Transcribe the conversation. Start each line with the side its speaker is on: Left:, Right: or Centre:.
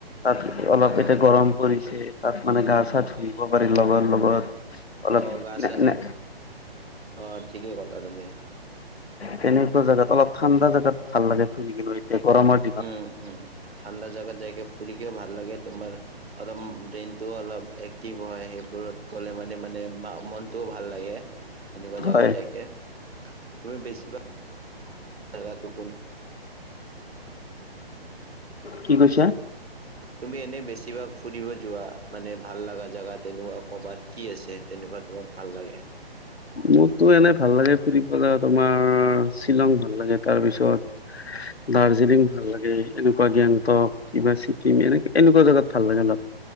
Left: তাত অলপ
Right: হয় হয়
Left: এতিয়া গৰম পৰিছে তাত মানে গা চা ধুই আহিব পাৰি লগৰ লগত। অলপ
Right: অ গা
Left: নে
Right: চা
Left: নে
Right: অ ঠিকেই কলা তুমি।
Left: তেনেকুৱা জাগাত অলপ ঠাণ্ডা জোগাত ভাল লাগে ফুৰি কিনে এতিয়া গৰমৰ দিনত।
Right: উম, উম, ঠাণ্ডা জাগাত যাইকে ফুৰিকেও ভাল লাগে তোমাৰ অলপ ব্ৰেনটোও অলপ এক্টিভ হয় সেই বোৰত গ'লে মানে মানে মনটোও ভাল লাগে এনেকুৱা জাগাত
Left: হয়
Right: যাইকে। তুমি বেছিভাগ জাগাতো <unintelligible>
Left: কি কৈছে?
Right: তুমি এনে বেছিভাগ ফুৰিব যোৱা মানে ভাল লগা জাগাত তেনেকুৱা কৰ'বাত কি আছে তেনেকুৱা তোমাক ভাল লাগে?
Left: মোৰতো এনে ভাল লাগে ফুৰি পেলায় তোমাৰ শ্বিলং ভাল লাগে তাৰপিছত ৰ্দাজিলিং ভাল লাগে এনেকুৱা গেংটক কিবা ছিকিম এনে এনেকুৱা জাগাত ভাল লাগে অলপ।